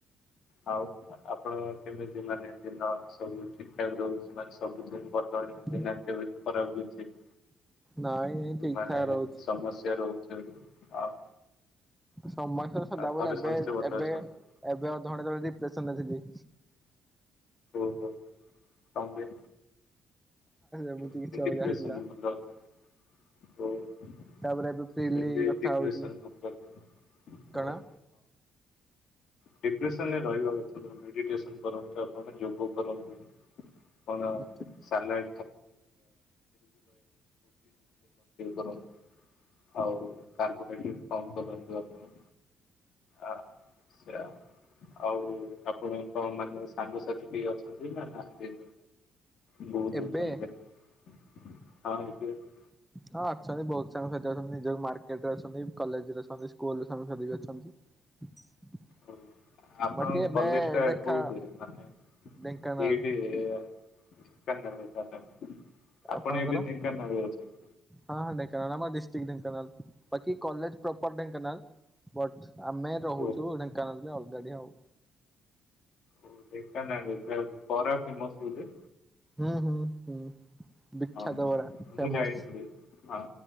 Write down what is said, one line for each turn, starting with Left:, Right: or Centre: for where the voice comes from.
Left: ଆଉ ଆପଣଙ୍କ କେମିତି ମାନେ ଦିନ ସବୁ ଠିକ୍ ଠାକ୍ ରହୁଛି ମାନେ ସବୁିଦିନ।
Centre: ହୁଁ
Left: <unintelligible> କିଛି
Centre: ନାଇଁ ଏଇ ଠିକ
Left: ମାନେ
Centre: ଠାକ ରହୁଛି
Left: ସମସ୍ୟା ରହୁଛି ଆହୁରି ଆଉ।
Centre: ସମସ୍ୟା ତ ସଦାବେଳେ
Left: ଆଉ ଘରେ
Centre: ଏବେ
Left: ସମସ୍ତେ ଭଲ
Centre: ଏବେ
Left: ଅଛନ୍ତି
Centre: ଏବେ ଅଧଘଣ୍ଟା ତଳେ ଡିପ୍ରେସନରେ ଥିଲି।
Left: ଓହୋ କଣ ପାଇଁ?
Centre: ଏମିତି
Left: କେମିତି
Centre: କିଛି ଅଲଗା
Left: ଡିପ୍ରେସନରେ
Centre: ହେଇଥିଲା।
Left: ଗଲେ ଆପଣ? ଓ <unintelligible>
Centre: ତାପରେ ଏବେ ଫ୍ରିଲି
Left: ଡିପ୍ରସନରୁ
Centre: କଥା ହଉଛି
Left: <unintelligible>
Centre: କଣ
Left: ହଁ ଡିପ୍ରେସନରେ ରହିବା କଥା ନୁହଁ, ମେଡିଟେସନ୍ କରନ୍ତୁ। କଣ ଯୋଗ କରନ୍ତୁ। କଣ
Centre: ହୁଁ
Left: ସାନ <unintelligible> ଆଉ କାର୍ବୋହାଇଡ୍ରେଟ କମ୍ କରନ୍ତୁ ଆପଣ। ଆ ସିଆ ଆଉ ଆପଣଙ୍କ ମାନେ ସାଙ୍ଗସାଥି କେହି ଅଛନ୍ତି ନା ନାହାନ୍ତି। <unintelligible>
Centre: ଏବେ
Left: ହଁ ହେଇଥିବ।
Centre: <inaudible> ହଁ ଅଛନ୍ତି, ବହୁତ ସାଙ୍ଗସାଥି ଅଛନ୍ତି, ଯୋଉ ମାର୍କେଟରେ ଅଛନ୍ତି, କଲେଜରେ ଅଛନ୍ତି, ସ୍କୁଲରେ ସାଙ୍ଗସାଥି ବି ଅଛନ୍ତି। <inaudible>
Left: ଓ ଆପଣଙ୍କ
Centre: ବାକି ଏବେ
Left: କଲେଜ ଟା
Centre: ଦେଖା
Left: କୋଉଠି ମାନେ
Centre: ଢେଙ୍କାନାଳ
Left: ଏଇଠି। ଏ ବା ଢେଙ୍କାନାଳରେ।
Centre: ଆପଣଙ୍କର
Left: ଆପଣ ଏବେ ଢେଙ୍କାନାଳରେ ଅଛନ୍ତି।
Centre: ହଁ ହଁ ଢେଙ୍କାନାଳ। ଆମର ଡିଷ୍ଟ୍ରିଟ୍ ଢେଙ୍କାନଳ, ବାକି କଲେଜ ପ୍ରପର ଢେଙ୍କାନଳ। ବଟ୍ ଆମେ ରହୁଛୁ
Left: ଓ
Centre: ଢେଙ୍କାନାଳରେ ଅଲଗାଡି ଆଉ।
Left: ଓ ଢେଙ୍କାନାଳରେ ପରା ବରା ଫେମସ୍ ସେଠି।
Centre: ହୁଁ ହୁଁ ହୁଁ। ବିଖ୍ୟାତ
Left: ହଁ
Centre: ବରା ଫେମସ୍।
Left: ମୁଁ ଯାଇଥିଲି ହଁ